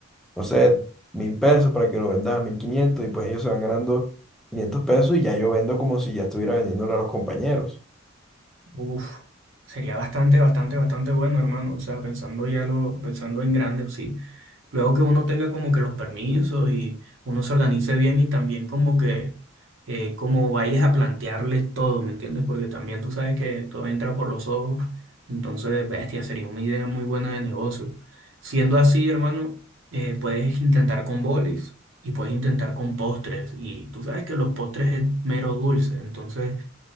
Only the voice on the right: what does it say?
Uf, sería bastante, bastante, bastante bueno, hermano. O sea, pensando ya lo, pensando en grande, sí. Luego que uno tenga como que los permisos y uno se organice bien y también como que eh, como vayas a plantearles todo, ¿me entiendes? Porque también tú sabes que todo entra por los ojos, entonces, bestia, sería una idea muy buena de negocio. Siendo así, hermano, eh, puedes intentar con bolis y puedes intentar con postres y tú sabes que los postres es mero dulce, entonces,